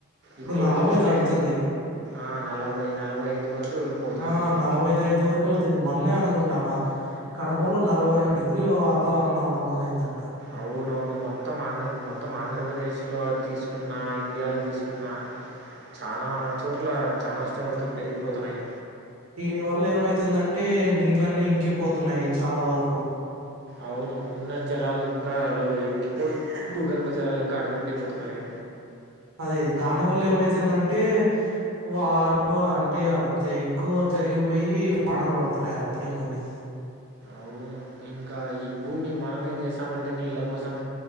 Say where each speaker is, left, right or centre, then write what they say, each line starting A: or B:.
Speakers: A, on the right; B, on the right.
A: ఇప్పుడు
B: నలభై
A: చూస్తే
B: దాటుతుంది
A: ఆ నలభై నలభై ఐదు వరకు పోతుంది
B: ఆ నలభైదైదు వరకు వెళ్తుంది మొన్నే అనుకుంటా అన్న కడపలో నలభై రెండు డిగ్రీల వాతావరణం నమోదైందంట
A: అవును అవును మొత్తం ఆంధ్ర మొత్తం ఆంధ్రప్రదేశ్లో తీసుకున్న ఇండియాలో తీసుకున్న చానా చోట్ల చానా ఉష్ణోగ్రతలు పెరిగిపోతున్నాయి
B: దీని వల్ల ఏమైతుందంటే నీళ్లన్నీ ఇంకిపోతున్నాయి చాలా వరకు
A: అవును ఉన్న జలాలు ఇంకాలో ఇంకి పో భూగర్భ జలాలు ఇంకా అడుగంటిపోతున్నాయి
B: అదే దాని వల్ల ఏమైతుందంటే వా అంటే అంతే ఎక్కువ జరిగిపోయి వానలు పడుతున్నాయి అప్పుడే మళ్ళీ
A: అవును ఇంకా ఈ భూమి మనమేం చేస్తామంటే నీళ్ళ కోసం